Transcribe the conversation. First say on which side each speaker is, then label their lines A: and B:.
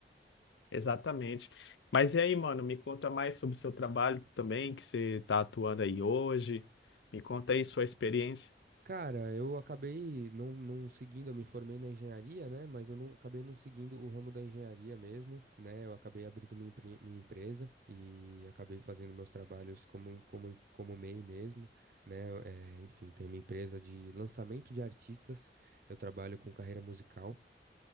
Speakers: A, on the left; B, on the right.
A: Exatamente. Mas e aí, mano, me conta mais sobre o seu trabalho também, que você tá atuando aí hoje. Me conta aí sua experiência.
B: Cara, eu acabei não, não seguindo, eu me formei na engenharia, né? Mas eu não, acabei não seguindo o ramo da engenharia mesmo, né? Eu acabei abrindo minha, empre- minha empresa e acabei fazendo meus trabalhos como, como, como MEI mesmo, né? É, enfim, tenho uma empresa de lançamento de artistas, eu trabalho com carreira musical,